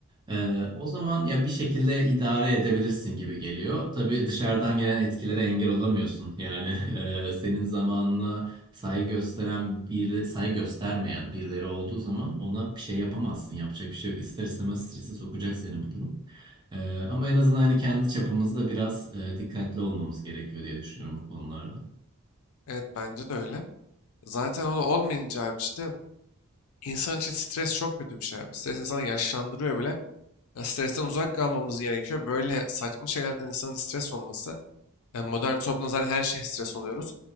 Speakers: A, on the right; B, on the left.
A: e, o zaman ya bir şekilde idare edebilirsin gibi geliyor. Tabii dışarıdan gelen etkilere engel olamıyorsun. Yani <laughs> e, senin zamanına Saygı gösteren bir saygı göstermeyen birileri olduğu zaman ona bir şey yapamazsın. Yapacak bir şey yok. İster istemez strese sokacak seni bu durum. Ee, ama en azından hani kendi çapımızda biraz e, dikkatli olmamız gerekiyor diye düşünüyorum bu konularda.
B: Evet bence de öyle. Zaten o da olmayınca abi işte insan için stres çok kötü bir şey abi. Stres insanı yaşlandırıyor bile. Ya, stresten uzak kalmamız gerekiyor. Böyle saçma şeylerden insanın stres olması Yani modern toplumda zaten her şey stres oluyoruz.